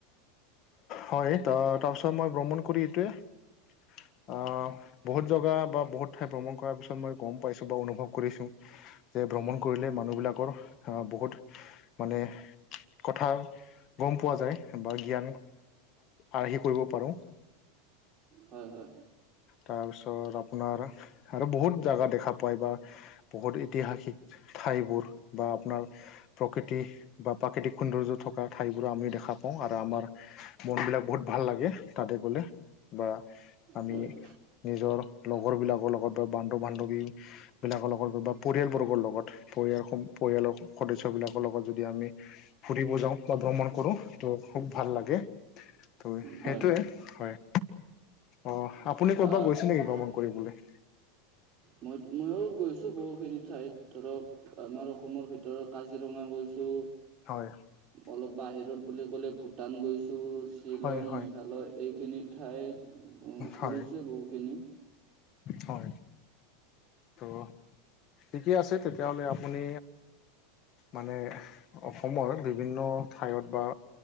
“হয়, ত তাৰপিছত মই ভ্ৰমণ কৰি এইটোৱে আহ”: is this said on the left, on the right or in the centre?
Left